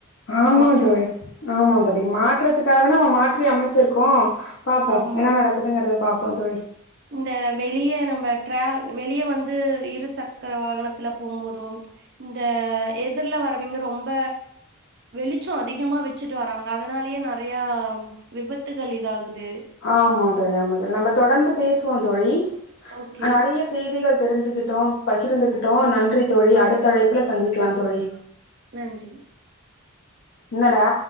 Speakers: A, on the left; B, on the right.
A: ஆமா
B: மாத்தணு
A: தோழி, ஆமா தோழி, மாற்றதுக்காகதான நம்ம மாற்றி அமச்சிருக்கோ பாப்போ
B: ஆமா
A: என்னா நடக்குதுங்கறத பாப்போ தோழி
B: இந்த வெளிய நம்ப ட்ர வெளிய வந்து இரு சக்கர வாகனத்துல போம்போதும் இந்த எதிர்ல வரவிங்க ரொம்ப வெளிச்சோ அதிகமா வச்சுட்டு வராங்க அதனாலயே நறைய விபத்துகள் இதாகுது
A: ஆமா தோழி, ஆமா தோழி, நம்ப தொடர்ந்து பேசுவோ தோழி
B: ஓகே
A: நறைய செய்திகள் தெரிஞ்சுக்கிட்டோ பகிர்ந்துகிட்டோ, நன்றி தோழி,
B: ஆமா
A: அடுத்த அழைப்புல சந்திக்கலா தோழி
B: நன்றி
A: என்னடா